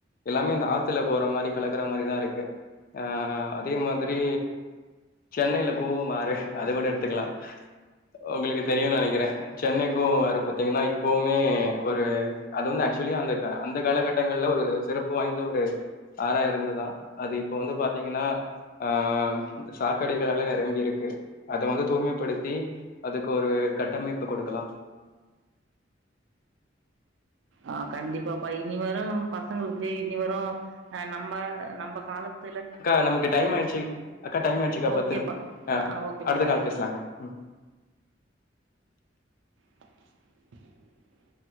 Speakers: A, on the left (about 50°); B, on the right (about 75°).
A: எல்லாமே அந்த ஆத்துல போற மாதிரி கலக்குற மாதிரிதான் இருக்கு ஆ அதே மாதிரி சென்னையில் கூவம் ஆறு அது கூட எடுத்துக்கலாம் உங்களுக்கு தெரியும்னு நினைக்கிறேன் சென்னைக்கும் ஆறு பாார்த்தீங்கன்னா இப்பவுமே ஒரு அது வந்து ஆக்சுவலி அந்த அந்த காலகட்டங்கள்ல ஒரு சிறப்பு வாய்ந்த ஒரு ஆறா இருந்ததான் அது இப்போ வந்து பாார்த்தீங்கன்னா ஆ சாக்கடைகள் எல்லாம் நிரம்பிருக்கு அதை வந்து தூய்மைப்படுத்தி அதுக்கு ஒரு கட்டமைப்பு கொடுக்கலாம்
B: ஆ கண்டிப்பாப்பா இனி வரும் பசங்களுக்கு இனி வரும் ஆ நம்ம நம்ம கால
A: அக்கா நமக்கு டைம் ஆயிடுச்சு அக்கா டைம் ஆயிடுச்சுக்கா
B: ஓகேப்பா
A: பத்து ஆ
B: ஓகேப்பா
A: அடுத்த
B: பாய்ப்பா
A: கால பேசலாங்கா ம்
B: <inaudible>